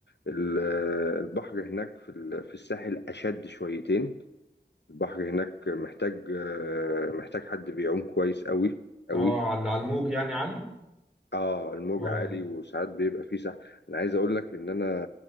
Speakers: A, on the left; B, in the centre.
A: ال- البحر هناك في ال- في الساحل أشد شويتين البحر هناك محتاج آه، محتاج حد بيعوم كويس أوي أوي
B: اه على على الموج يعني عالي
A: اه الموج
B: اه
A: عالي وساعات بيبقى فيه سحب انا عايز اقول لك ان انا